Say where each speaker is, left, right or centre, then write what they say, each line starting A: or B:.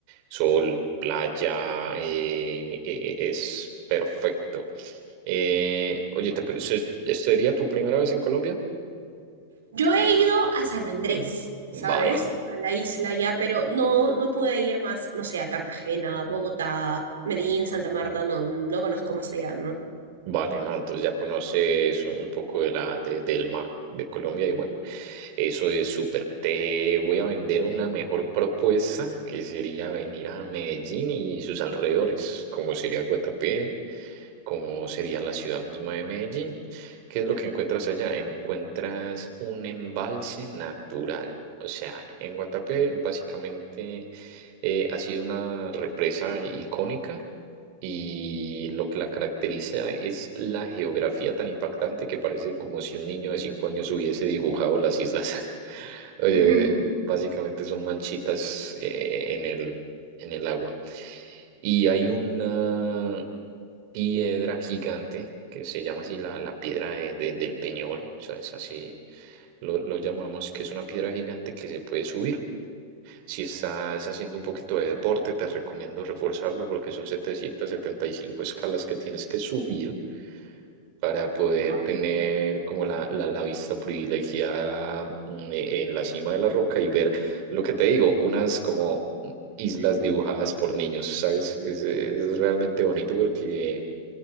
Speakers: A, on the right; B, on the right.
A: sol, playa, eh, eh, eh, es perfecto. Eh, oye, ¿te, pare- se- ¿sería tu primera vez en Colombia?
B: Yo he ido a San Andrés, ¿sabes?
A: Vale.
B: A la isla ya, pero no, no pude ir más, no sé, a Cartagena, Bogotá, Medellín, Santa Marta, no, no conozco más allá, ¿no?
A: Vale, ¿no? Entonces ya conoces un poco de la, de- del mar de Colombia y bueno, eso es súper. Te voy a vender una mejor propuesta que sería venir a Medellín y sus alrededores, como sería Guatapé, como sería la ciudad misma de Medellín. ¿Qué es lo que encuentras allá? Encuentras un embalse natural. O sea, en Guatapé básicamente eh, ha sido una represa icónica y lo que la caracteriza es la geografía tan impactante que parece como si un niño de cinco años hubiese dibujado las islas. <laughs> Oye,
B: <laughs>
A: básicamente son manchitas eh, en el, en el agua. Y hay una piedra gigante que se llama así la, la piedra de- de- del Peñol, o sea, es así, lo, lo llamamos, que es una piedra gigante que se puede subir. Si estás haciendo un poquito de deporte, te recomiendo reforzarlo porque son 775 escalas que tienes que subir para poder
B: Wow.
A: tener como la, la, la vista privilegiada mm, e, en la cima de la roca y ver lo que te digo, unas como mm, islas dibujadas por niños, ¿sabes? Es, es realmente bonito porque